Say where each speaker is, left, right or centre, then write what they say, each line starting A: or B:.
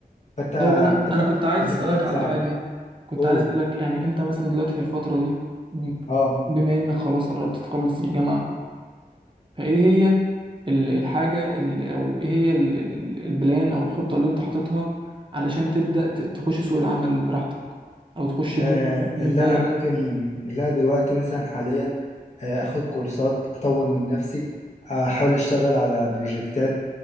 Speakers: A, on the left; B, on the right.
A: فانت
B: طيب انا
A: بتبقى
B: انا كنت عايز
A: بالنسبة
B: اسألك
A: لك
B: على
A: صعب
B: حاجة كنت
A: قول
B: عايز اسألك يعني انت مثلا دلوقتي في الفترة دي
A: اه
B: بما انك خلاص قربت تخلص الجامعة فايه هي ال- الحاجة ال- او ايه هي ال- ال- البلان او الخطة اللي انت حاططها علشان تبدأ ت- تخش سوق العمل براحتك او تخش ان
A: آه،
B: انت ان
A: اللي
B: انت
A: انا ممكن اللي انا دلوقتي مثلا حاليا آه، اخد كورسات اطور من نفسي آه، احاول اشتغل على بروجكتات